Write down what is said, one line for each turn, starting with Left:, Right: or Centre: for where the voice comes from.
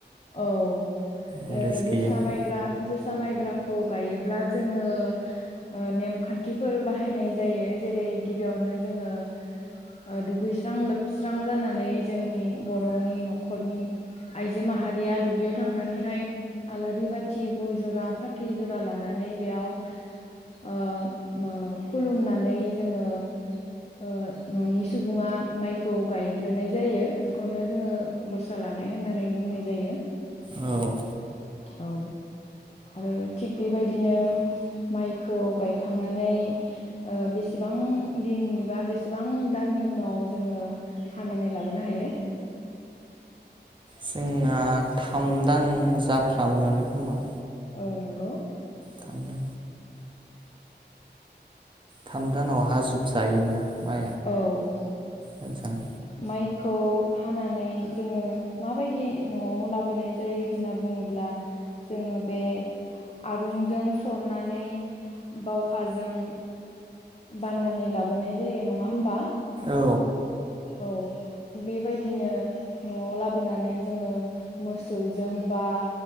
Left: औ ओ
Right: नलेज
Left: जोसा
Right: गैयामोन
Left: माइग्रा जोसा माइब्रा खौ गायोब्ला जोङो ओ नेमखान्थि फोर बाहायनाय जायो जेरै गिबियावनो जोङो ओ दुगैस्रां लोबस्रां जानानै जोंनि बर'नि न'खरनि आइजो माहा रिया दुब्लियाव थांनानैहाय आलारि बाथि गय जरा फाथै जरा लानानै बेयाव ओ ओ खुलुमनानै जोङो ओ न'नि सुबुङा माइखौ गायग्रोनाय जायो बेखौनो जोङो गसा लानाय होननानै बुंनाय जायो। बुंनाय जायो
Right: औ औ
Left: औ आरो थिग बेबायदिनो माइखौ गायखांनानै ओ बेसेबां दिननि बा बेसेबां दाननि उनाव जोङो हानानै लाबोनो हायो
Right: जोंना थाम दान जाफ्रामोआनो खोमा।
Left: औ नोंगौ।
Right: थाम दान थाम दानाव हाजोब जायोना माया
Left: औ।
Right: मोजाङै
Left: माइखौ हानानै जोङो माबायदि न'आव लाबोनाय जायो होनना बुङोब्ला जोङो बे आरुंजों सरनानै बावखाजों बाननानै लाबोनाय जायो नङा होमबा?
Right: औ
Left: औ बेबायदिनो न'आव लाबोनानै जोङो मोसौजों बा